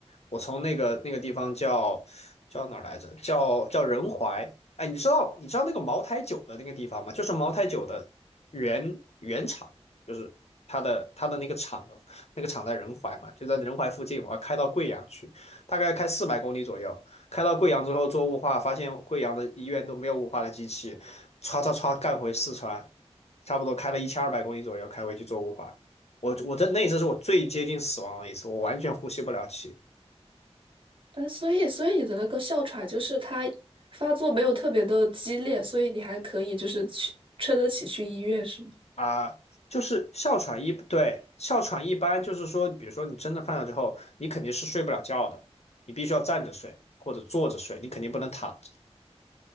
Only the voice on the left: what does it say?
我从那个那个地方叫叫哪儿来着？叫叫仁怀。哎，你知道你知道那个茅台酒的那个地方吗？就是茅台酒的原原厂，就是它的它的那个厂的那个厂在仁怀嘛，就在仁怀附近，我要开到贵阳去，大概开四百公里左右。开到贵阳之后做雾化，发现贵阳的医院都没有雾化的机器，唰唰唰干回四川，差不多开了一千二百公里左右，开回去做雾化。我我这那一次是我最接近死亡的一次，我完全呼吸不了气
啊。就是哮喘一，对，哮喘一般就是说，比如说你真的犯了之后，你肯定是睡不了觉的，你必须要站着睡或者坐着睡，你肯定不能躺着。